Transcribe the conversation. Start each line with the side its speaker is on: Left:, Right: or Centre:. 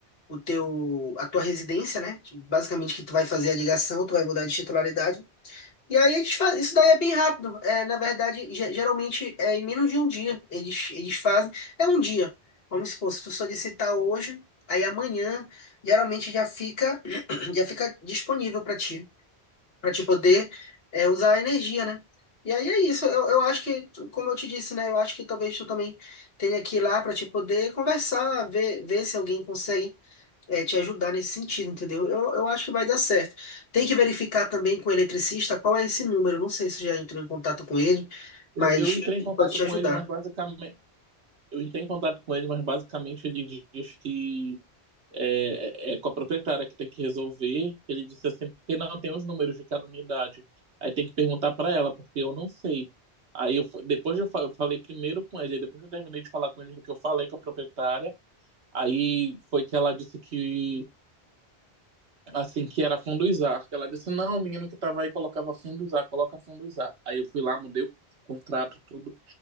Left: O teu, a tua residência, né? Que Basicamente, que tu vai fazer a ligação, tu vai mudar de titularidade. E aí eles fazem, isso daí é bem rápido. É, na verdade, ge- geralmente é em menos de um dia eles, eles fazem. É um dia. Vamos supor, se tu solicitar hoje, aí amanhã geralmente já fica <clears throat> já fica disponível para ti, para te poder é, usar a energia, né? E aí é isso. Eu, eu acho que, tu- como eu te disse, né? Eu acho que talvez tu também tenha que ir lá para te poder conversar, ver, ver se alguém consegue é, te ajudar nesse sentido, entendeu? Eu, eu acho que vai dar certo. Tem que verificar também com o eletricista qual é esse número. Não sei se já entrou em contato com ele,
Right: Eu,
Left: mas
Right: eu entrei
Left: ele
Right: em contato
Left: pode te
Right: com
Left: ajudar.
Right: ele, mas basicamente. Eu entrei em contato com ele, mas basicamente ele diz que é, é é com a proprietária que tem que resolver. Ele disse assim, porque não tem os números de cada unidade. Aí tem que perguntar para ela, porque eu não sei. Aí eu, fu- depois eu, fa- eu falei primeiro com ele, depois eu terminei de falar com ele, que eu falei com a proprietária. Aí foi que ela disse que assim que era funduzar. Ela disse, não, o menino que tava aí colocava funduzar, coloca funduzar. Aí eu fui lá, mudei o contrato, tudo,